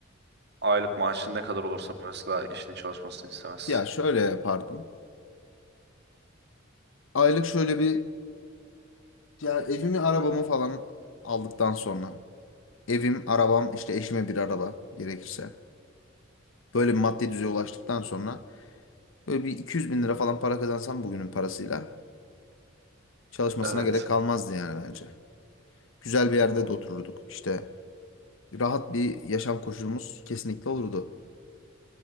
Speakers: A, on the right; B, on the left.
A: Aylık maaşın ne kadar olursa mesela eşinin çalışmasını istemezsin.
B: Ya şöyle yapardım. Aylık şöyle bir ya evimi arabamı falan aldıktan sonra evim arabam işte eşime bir araba gerekirse böyle bir maddi düzeye ulaştıktan sonra böyle bir 200 bin lira falan para kazansam bugünün parasıyla çalışmasına
A: Evet.
B: gerek kalmazdı yani bence. Güzel bir yerde
A: Hmm.
B: de otururduk. İşte rahat bir yaşam koşulumuz kesinlikle olurdu.